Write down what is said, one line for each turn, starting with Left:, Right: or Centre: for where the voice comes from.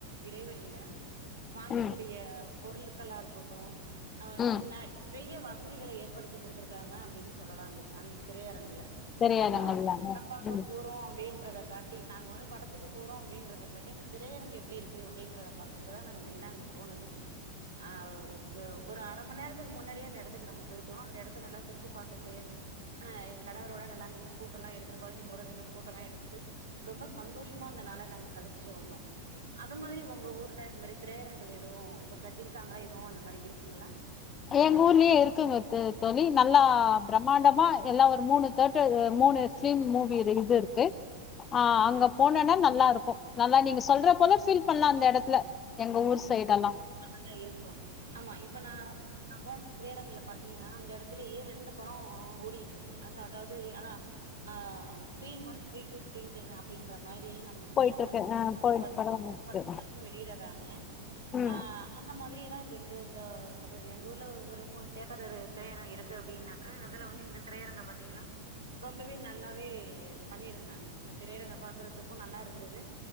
Right: இடைவெளில வாங்க
Left: ம்
Right: கூடிய பொருட்களா இருக்கட்டும் அவ
Left: ம்
Right: ந நிறைய வசதிகள ஏற்படுத்தி குடுத்துருக்காங்க அப்டின்னு சொல்லலா அந்த அந்த திரையரங்குல
Left: திரையரங்கம்லாங்க
Right: நம்மோ படம் பாக்க
Left: ம்
Right: போறோம் அப்டின்றத காட் டி நாங்க வந்து படத்துக்கு போறோ அப்படின்றத காட்டி இந்த திரையரங்கு எப்படி இருக்கு அப்படின்றத பாக்கறக்கு தா நாங்க மெயினா அங்கு போனது ஆ ஓ ஒரு அர மண்நேரத்துக்கு முன்னாடியே அந்த எடத்துக்கு நாங்க போயிட்டோ அந்த எடத்த நல்லா சுத்தி பாத்துட்டு ஆ என் கணவரோட நல்லா நின்னு போட்டோலா எடுத்துட்டு கொழந்தைகளோடு நின்னு போட்டோலா எடுத்துட்டு ரொம்ப சந்தோஷமா அந்தனால நாங்க கழச்சிட்டு வந்தோ அது மாதிரி உங்க ஊர்ல இது மாதிரி திரையரங்கங்கள் எதுவு இப்ப கட்டியிருக்காங்களா எதுவு அந்த மாரி இருக்குங்களா
Left: எங் ஊர்லயு இருக்குங்க தோழி நல்லா பிரமாண்டமா எல்லா ஒரு மூணு தேடர் மூணு சிலிம் மூவி இது இருக்கு ஆ அங்க போனேன்னா நல்லா இருக்கு நல்லா நீங்க சொல்ற போல ஃபீல் பண்ணலா அந்த எடத்துல எங்க ஊர் சைடு எல்லா
Right: மொதல்ல இருக்கு ஆமா இப்ப நா வந் நா போன திரையரங்கல பாத்தீங்கன்னா அந்த எடத்துலயே ரெண்டு பட ஓடிட் இருக்கு அந்த அதாவுது அதா ஆ screen one screen two screen three அப்டின்ற மாரி நம் இந்த
Left: போயிட்டு
Right: எடத்துல
Left: இருக்கு
Right: மூணு
Left: ஆ
Right: படத்தையு‌
Left: போயிட்டு
Right: பாத்தீனா
Left: படம்
Right: மூணு
Left: இருக்கு
Right: படங்கள் வரிக்கு வெளியிடுறாங்க
Left: ம்
Right: அ அந்த மாதிரிதா இப்ப இந்த இந்த அது எங்க ஊர்ல ஒரு மூணு தேட்டர் இரு திரையரங்கு இருக்கு அப்டின்ன அ அதுல ஒன்னு இந்த திரையரங்க பாத்தீங்கன்னா ரொம்பவே நல்லாவே பண்ணியிருந்தாங்க இந்த திரையரங்க பாக்குறதுக்கு நல்லா இருந்தது